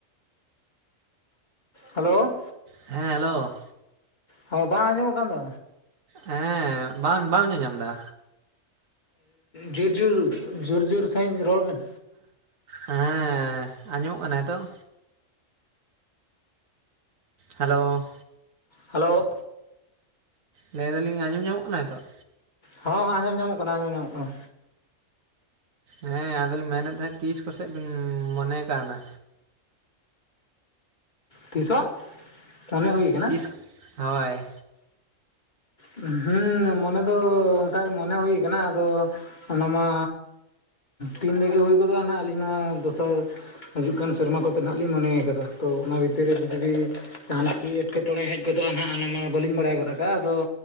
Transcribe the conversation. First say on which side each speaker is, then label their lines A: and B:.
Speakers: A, on the left; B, on the right.
A: ᱦᱮᱞᱳ
B: ᱦᱮᱸ ᱦᱮᱞᱳ
A: ᱦᱚᱸ ᱵᱟᱝ ᱟᱸᱡᱚᱢᱚᱜ ᱠᱟᱱ ᱫᱚ
B: ᱦᱮᱸ ᱵᱟᱝ ᱵᱟᱢ ᱧᱮᱞ ᱧᱟᱢ ᱮᱫᱟ
A: ᱡᱳᱨ ᱡᱳᱨ ᱡᱳᱨ ᱡᱳᱨ ᱥᱟᱺᱦᱤᱡ ᱨᱚᱲ ᱵᱮᱱ
B: ᱦᱮᱸ ᱟᱸᱡᱚᱢᱚᱜ ᱠᱟᱱᱟ ᱦᱤᱛᱚᱜ ᱦᱮᱞᱳ
A: ᱦᱮᱞᱳ
B: ᱞᱟᱹᱭ ᱫᱟᱞᱤᱧ ᱟᱸᱡᱚᱢ ᱧᱟᱢᱚᱜ ᱠᱟᱱᱟ ᱦᱤᱛᱚᱜ᱾
A: ᱦᱚᱸ ᱦᱚᱸ ᱟᱸᱡᱚᱢ ᱧᱟᱢᱚᱜ ᱠᱟᱱᱟ ᱟᱸᱡᱚᱢ ᱧᱟᱢᱚᱜ ᱠᱟᱱᱟ᱾
B: ᱦᱮᱸ ᱟᱫᱚᱞᱤᱧ ᱢᱮᱱᱮᱫ ᱛᱟᱦᱮᱸᱫ ᱛᱤᱥ ᱠᱚᱥᱮᱫ ᱵᱤᱱ ᱢᱚᱱᱮ ᱟᱠᱟᱱᱟ
A: ᱛᱤᱥ ᱦᱚᱸ ᱢᱚᱱᱮ ᱦᱩᱭ ᱠᱟᱱᱟ
B: ᱛᱤᱥ ᱦᱳᱭ
A: ᱦᱩᱸ ᱢᱚᱱᱮ ᱫᱚ ᱚᱱᱠᱟ ᱢᱚᱱᱮ ᱦᱩᱭ ᱠᱟᱱᱟ, ᱟᱫᱚ ᱚᱱᱟ ᱢᱟ ᱛᱤᱱ ᱨᱮᱜᱮ ᱦᱩᱭ ᱜᱚᱫᱚᱜᱼᱟ ᱟᱹᱞᱤᱧ ᱢᱟ ᱫᱚᱥᱟᱨ ᱦᱤᱡᱩᱜ ᱠᱟᱱ ᱥᱮᱨᱢᱟ ᱠᱚᱛᱮ ᱦᱟᱸᱜ ᱞᱤᱧ ᱢᱚᱱᱮᱭ ᱠᱟᱫᱟ ᱛᱚ ᱚᱱᱟ ᱵᱷᱤᱛᱤᱨ ᱨᱮ ᱡᱚᱫᱤ ᱡᱟᱦᱟᱱᱟᱜ ᱜᱮ ᱮᱴᱠᱮᱴᱚᱬᱮ ᱦᱮᱡ ᱜᱚᱫᱚᱜᱼᱟ ᱱᱟᱦᱟᱜ ᱚᱱᱟ ᱢᱟ ᱵᱟᱹᱞᱤᱧ ᱵᱟᱲᱟᱭ ᱜᱚᱫ ᱠᱟᱫᱟ, ᱟᱫᱚ